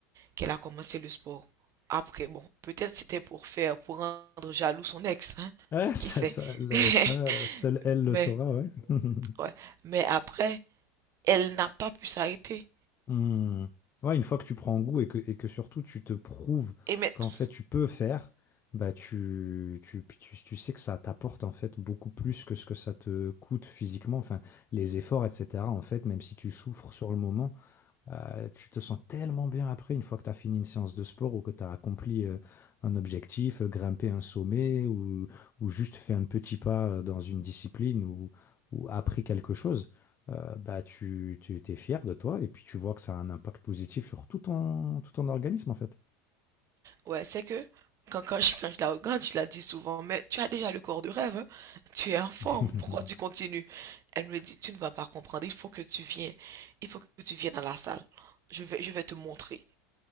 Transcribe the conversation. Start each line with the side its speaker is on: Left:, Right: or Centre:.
Right: qu'elle a commencé le sport. Après, bon, peut-être c'était pour faire, pour rendre jaloux son ex, hein.
Left: Ouais, <laughs> ça,
Right: Qui sait?
Left: ça, le- ça,
Right: <laughs>
Left: seule elle
Right: Mais,
Left: le saura, ouais. <laughs>
Right: ouais. Mais après, elle n'a pas pu s'arrêter.
Left: Hmm. Ouais, une fois que tu prends goût et que, et que surtout tu te prouves
Right: Et maintenant,
Left: qu'en fait tu peux faire, bah tu, tu, tu, tu sais que ça t'apporte en fait beaucoup plus que ce que ça te coûte physiquement, enfin les efforts, etc. En fait, même si tu souffres sur le moment, euh, tu te sens tellement bien après, une fois que tu as fini une séance de sport ou que tu as accompli euh, un objectif, euh, grimpé un sommet ou, ou juste fait un petit pas euh, dans une discipline ou, ou appris quelque chose, euh, bah, tu, tu es fier de toi et puis tu vois que ça a un impact positif sur tout ton, tout ton organisme en fait.
Right: Ouais, c'est que quand, quand, je, quand je la regarde, je la dis souvent, mais tu as déjà le corps de rêve, hein? Tu es en forme,
Left: <laughs>
Right: pourquoi tu continues? Elle me dit, tu ne vas pas comprendre, il faut que tu viennes, il faut que tu viennes à la salle. Je vais, je vais te montrer.